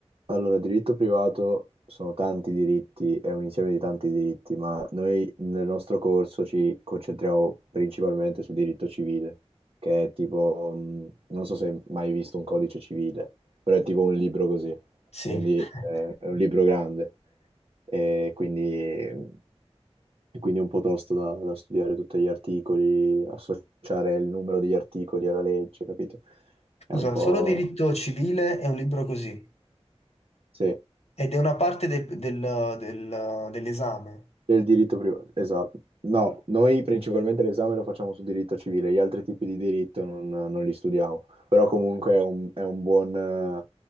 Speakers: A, on the right; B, on the left.
A: Allora, diritto privato sono tanti diritti, è un insieme di tanti diritti, ma noi nel nostro corso ci concentriamo principalmente su diritto civile, che è tipo, mh, non so se hai mai visto un codice civile, però è tipo un libro così,
B: Sì.
A: quindi
B: <laughs>
A: eh, è un libro grande e quindi mm, e quindi è un po' tosto da, da studiare tutti gli articoli, associare il numero degli articoli alla legge, capito?
B: Scusa,
A: È un po'...
B: solo diritto civile è un libro così,
A: Sì,
B: ed è una parte del- del- del- dell'esame.
A: Del diritto privato, esatto. No, noi principalmente l'esame lo facciamo su diritto civile, gli altri tipi di diritto non, non li studiamo, però comunque è un, è un buon, eh,